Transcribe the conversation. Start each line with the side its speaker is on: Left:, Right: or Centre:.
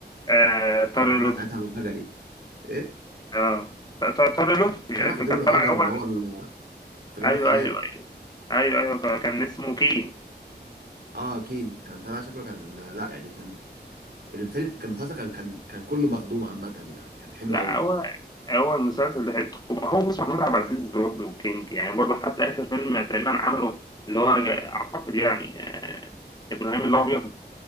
Left: آه طارق
Right: كان طالع
Left: لطفي
Right: ساعتها الغجري ايه؟
Left: أه ط- ط- طارق لطفي
Right: طالع
Left: اللي
Right: في دير
Left: كان
Right: الغجر
Left: طالع أول
Right: اللي هو ال- في جبل
Left: أيوه
Right: الحلال
Left: أيوه أيوه أيوه ك- كان اسمه كين
Right: اه كين كان طالع شكله كان لا يعني كان الفيلم كان مسلسل كان كان كان كله مخدوم عامة يعني كان حلو
Left: لا
Right: قوي
Left: هو هو المسلسل ده حلو هو بص محمود عبد العزيز برضه كينج يعني برضه حتى آخر فيلم تقريبا عمله اللي هو أعتقد يعني آه، ابراهيم الابيض